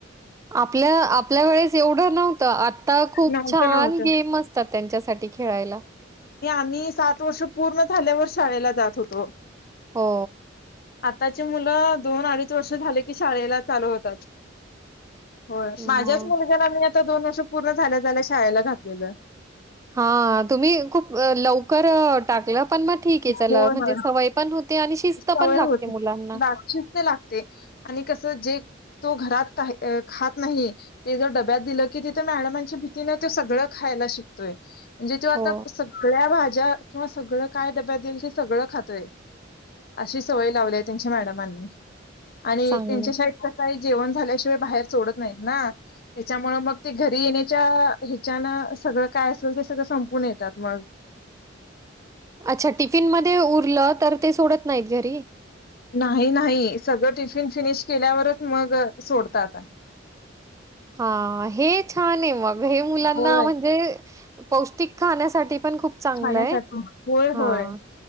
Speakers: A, on the right; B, on the left.
A: आपल्या आपल्या वेळेस एवढं नव्हतं आ आता खूप
B: नव्हतं
A: छान
B: नव्हतं
A: गेम असतात त्यांच्यासाठी खेळायला.
B: मी सात वर्ष पूर्ण झाल्यावर शाळेला जात होतो.
A: हो.
B: आताची मुलं दोन-अडीच वर्ष झाले की शाळेला चालू होतात. हो
A: मग
B: माझ्याच मुलग्याला मी आता दोन वर्ष पूर्ण झाल्या झाल्या शाळेला घातलेलं.
A: हा तुम्ही खूप लवकर टाकलत. पण मग ठीक आहे चला
B: होय
A: म्हणजे
B: होय
A: सवय पण होते. आणि शिस्त
B: सवय
A: पण लागते
B: होते
A: मुलांना.
B: लागती तर लागते आणि कस जे तो घरात खा. खात नाही ते जर डब्यात दिलं की तिथ मॅडमच्या भीतीने सगळं खा. यला शिकतोय. म्हणजे तो आता
A: हो,
B: सगळ्या भाज्या किंवा सगळं काय डब्यात देईल ते सगळं खातोय. अशी सवय लावली आहे त्यांच्या मॅडमांनी आणि
A: चांगलं.
B: त्यांच्या शाळेत कस आहे. जेवण झाल्याशिवाय बाहेर सोडत नाहीत ना त्याच्यामुळे मग ते घरी येण्याच्या हेच्यानं सगळं काय असेल ते सगळं संपून येतात मग
A: अच्छा टिफिन मध्ये उरलं तर ते सोडत नाहीत घरी
B: नाही नाही सगळं टिफिन फिनिश केल्यावरच मग सोडतात.
A: हा हे छान आहे मग घरी मुलांना
B: होय
A: म्हणजे पौष्टिक खाण्यासाठी पण खूप चांगलं
B: खाण्यासाठी
A: आहे.
B: होय
A: हां,
B: होय